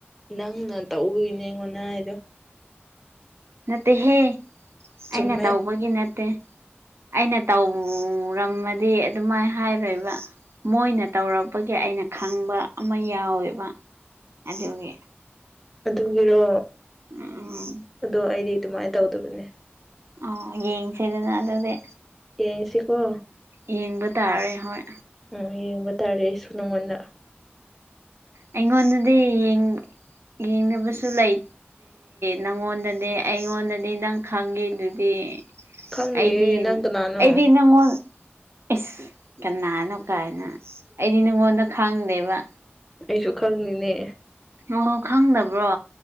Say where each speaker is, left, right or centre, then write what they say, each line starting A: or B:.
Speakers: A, in the centre; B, on the right.
A: ꯎꯝ ꯅ ꯇꯎꯧꯕꯒꯤꯅꯦ ꯑꯩꯉꯣꯟꯅ ꯍꯥꯏꯗꯣ
B: ꯅꯠꯇꯦꯍꯦ
A: ꯆꯨꯝꯃꯦ
B: ꯑꯩꯅ ꯇꯧꯕꯒꯤ ꯅꯠꯇꯦ ꯑꯩꯅ ꯇꯧꯔꯝꯃꯗꯤ ꯑꯗꯨꯃꯥꯏꯅ ꯍꯥꯏꯔꯣꯏꯕ ꯃꯣꯏꯅ ꯇꯧꯔꯛꯄꯒꯤ ꯑꯩꯅ ꯈꯪꯕ ꯑꯃ ꯌꯥꯎꯋꯦꯕ ꯑꯗꯨꯒꯤ
A: ꯑꯗꯨꯒꯤꯔꯣ
B: ꯎ ꯎꯝ
A: ꯑꯗꯣ ꯑꯩꯗꯤ ꯑꯗꯨꯃꯥꯏꯅ ꯇꯧꯗꯕꯅꯦ
B: ꯑꯣ ꯌꯦꯡꯁꯤꯗꯅ ꯑꯗꯨꯗꯤ
A: ꯌꯦꯡꯁꯤꯀꯣ
B: ꯌꯦꯡꯕ ꯇꯥꯔꯦ ꯍꯣꯏ
A: ꯑꯣ ꯌꯦꯡꯕ ꯇꯥꯔꯦ ꯑꯩꯁꯨ ꯅꯪꯉꯣꯟꯗ
B: ꯑꯩꯉꯣꯟꯗꯗꯤ ꯌꯦꯡ ꯌꯦꯡꯅꯕꯁꯨ ꯂꯩ ꯅꯪꯉꯣꯟꯗꯗꯤ ꯑꯩꯉꯣꯟꯗꯗꯤ ꯅꯪ ꯈꯪꯉꯤꯗꯨꯗꯤ
A: ꯈꯪꯗꯦ
B: ꯑꯩꯗꯤ
A: ꯅꯪ ꯀꯅꯥꯅꯣ
B: ꯑꯩꯗꯤ ꯅꯪꯉꯣꯟ ꯏꯁ ꯀꯅꯥꯅꯣ ꯀꯥꯏꯅ ꯑꯩꯗꯤ ꯅꯉꯣꯟꯗ ꯈꯪꯗꯦꯕ
A: ꯑꯩꯁꯨ ꯈꯪꯅꯤꯅꯦ
B: ꯑꯣ ꯈꯪꯗꯕ꯭ꯔꯣ